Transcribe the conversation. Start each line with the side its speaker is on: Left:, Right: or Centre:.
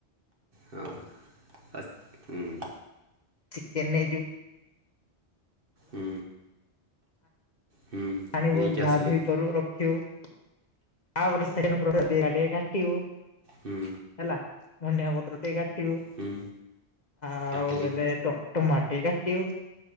Right: ହଁ। ହୁଁ।
Left: ଚିକେନ ନେଇ ଯିବୁ
Right: ହୁଁ। ହୁଁ
Left: ଆଣିବୁ
Right: ନେଇକି
Left: ଧୁଆ
Right: ଆସିଲି
Left: ଧୁଇ କରୁ ରଖିବୁ। ତା ପରେ ସେକେଣ୍ଡ ପ୍ରୋସେସ <unintelligible> କାଟିବୁ
Right: ହୁଁ
Left: ହେଲା ଧନିଆ ପତ୍ର ଟିକେ କାଟିବୁ।
Right: ହୁଁ
Left: ଆଉ
Right: କାଟିଲି
Left: ବେଲେ ଏ ଟ ଟମାଟ ଟେ କାଟିବୁ।